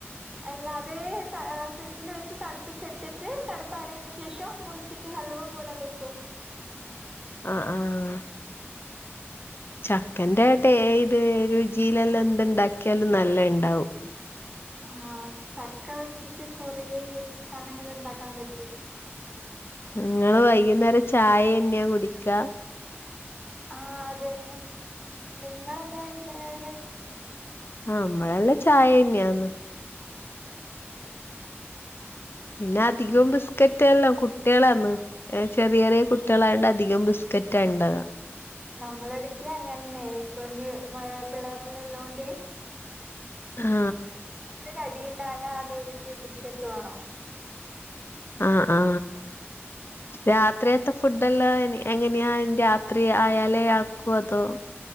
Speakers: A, on the right; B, on the left.
A: എല്ലാ അതേ ത ഫ്രിഡ്ജില് വെച്ച് തണ്പ്പിച്ചെട്ത്തിട്ട് തണുപ്പാറിയേന് ശേഷം മുറിച്ചിട്ട് അലുവ പോലെ കയ്ക്കും
B: ആ ആ ചക്കന്റെ ടേ ഇത് രുചിയിലെല്ലാം എന്ത്ണ്ടാക്കിയാലും നല്ല ഇണ്ടാവും
A: ആ ചക്ക വെച്ചിട്ട് കൊറേ സാനങ്ങള്ണ്ടാക്കാൻ പറ്റും
B: നിങ്ങള് വൈകുന്നേരം ചായെന്ന്യാ കുടിക്ക
A: ആ അതെല്ലോ നിങ്ങെന്താ കഴിക്കേണേത്
B: ആ നമ്മളെല്ല ചായെന്നെയാന്ന് പിന്നെ അധികവും ബിസ്ക്കറ്റ് എല്ലാം കുട്ടികളാന്ന് ഏ ചെറിയ ചെറിയ കുട്ടികളായോണ്ട് അധികവും ബിസ് ക്കെറ്റാണ്ടവാ
A: നമ്മളെടക്ക് അങ്ങൻന്നെ കുഞ്ഞ് മഴ പിള്ളേർല്ലല്ലോണ്ട്
B: ആ
A: അടിയിണ്ടായ ആലോര്ക്ക് ബിസ്കറ്റ് വേണാേ
B: ആ ആ രാത്രിയത്തെ ഫുഡെല്ലാം എങ്ങനെയാ രാത്രി ആയാലേ ആക്കൂ അതോ